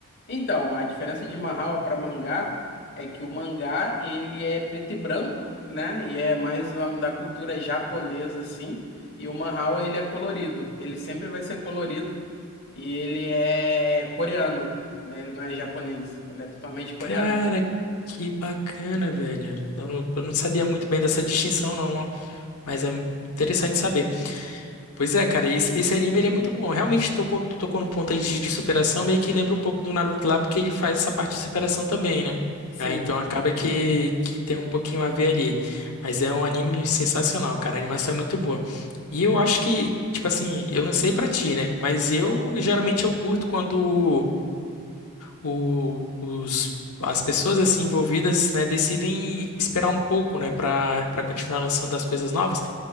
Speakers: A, on the left (about 50°); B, on the left (about 85°).
A: Então, a diferença de Manhwa para mangá é que o mangá, ele é preto e branco, né? E é mais na- da cultura japonesa, assim. E o Manhwa, ele é colorido. Ele sempre vai ser colorido. E ele é coreano, né? Ele não é japonês, ele é totalmente coreano.
B: Cara, que bacana, velho. Eu não, eu não sabia muito bem dessa distinção, não, ó. mas é interessante saber. Pois é, cara, esse, esse anime ele é muito bom. Realmente tocou, tu tocou num ponto aí de, de superação, meio que lembra um pouco do Naruto lá, porque ele faz essa parte de superação também, né?
A: Sim,
B: Aí, então acaba que, que tem um pouquinho a ver ali. Mas é um anime sensacional, cara. A animação é muito boa. E eu acho que, tipo assim, eu não sei pra ti, né? Mas eu geralmente eu curto quando o- os, as pessoas assim envolvidas, né, decidem esperar um pouco, né, para para continuar lançando as coisas novas,